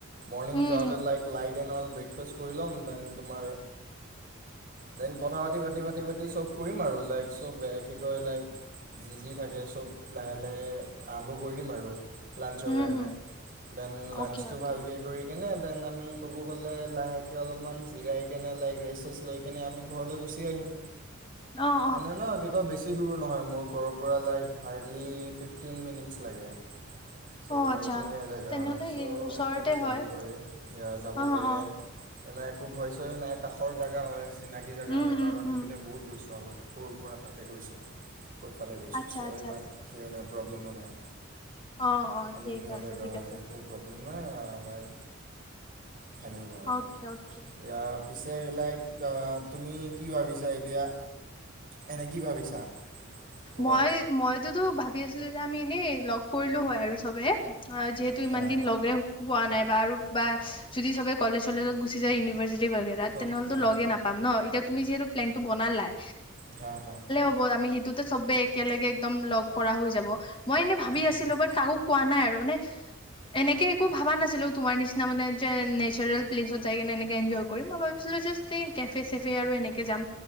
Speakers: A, on the right; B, on the left.
A: মৰ্নিং
B: উম
A: যাওঁতে
B: um
A: like light then all breakfast কৰি ল'ম দেন তোমাৰ দেন কথা পাতি পাতি পাতি পাতিয়েই চব কৰিম আৰু লাইক চব কি কয় লাইক যি যি থাকে চব লাহে লাহে আৰম্ভ কৰি দিম আৰু লাঞ্চৰ
B: উম
A: কাৰণে
B: হুম
A: দেন লাঞ্চটো
B: অ'কে অ'কে
A: ভালকৈ কৰি কেনে ন আমি ক'ব গ'লে লাহেকে অলপমান জিৰাই কেনে লাইক ৰেচ চেছ লৈ সেই কেনে আমি ঘৰলৈ গুচি আহিম
B: অ অ
A: এনে ন কি ক বেছি বছি দূৰ নহয় মোৰ ঘৰৰ পৰা like hardly fifteen minutes লাগে চ'
B: অ আচ্ছা
A: ধুনীয়া জেগা
B: তেনেহ'লে
A: হয় চ'
B: এই ওচৰতে
A: তাতে যাব
B: হয়
A: পাৰি যাব
B: অ
A: পাৰি
B: অ
A: এণ্ড এনে একো ভয় চয়ো নাই কাষৰ জেগা হয় চিনাকি জেগা
B: উম
A: হয় কাৰণ
B: উম
A: ইপিনে
B: উম
A: বহুত গৈছোঁ আগতে সৰুৰ পৰা তাতে গৈছোঁ সফালে গৈছোঁ
B: আচ্ছা
A: ছয়
B: আচ্ছা
A: ইমান সিৰণাৰ প্ৰব্লেমো নাই
B: অ অ
A: এণ্ড
B: ঠিক
A: ধুনীয়া
B: আছে
A: জেগা
B: ঠিক
A: হয়
B: আছে।
A: একো প্ৰব্লেম নাই ই লাই সনেকুৱা আৰু
B: অকে অকে
A: ইয়াৰ পিছে লাইক ক তুমি কি ভাবিছা এতিয়া এনে কি ভাবিছা ক'ৰবাত
B: মই মইতোতো ভাবি আছিলো আমি এনেই লগ কৰিলো হয় আৰু চবে অ যিহেতু ইমান
A: সেয়া
B: দিন লগে পোৱা নাই বা আৰু বা যদি সবে কলেজ চলেজত গুচি যায় ইউনিভাৰ্চিটি বাগেৰা
A: অ'কে
B: তেনেহ'লেতো লগে নাপাম ন এতিয়া তুমি যিহেতু্লেন বনালাই
A: হা হা
B: হ আমি সেইটোতে চবে একেলগে একদম লগ কৰা হৈ যাব মই এনে ভাবি
A: য়া
B: আছিলো বাট কাকো কোৱা নাই আৰু মানে এনেকে একো ভাবা নাছিলো তোমাৰ নিচিনা মানে যে নেচাৰেল প্লেচত যাই কিনে এনেকে এনজয় কৰিম মই ভাবিছিলো জা কে চেফে আৰু এনেকে যাম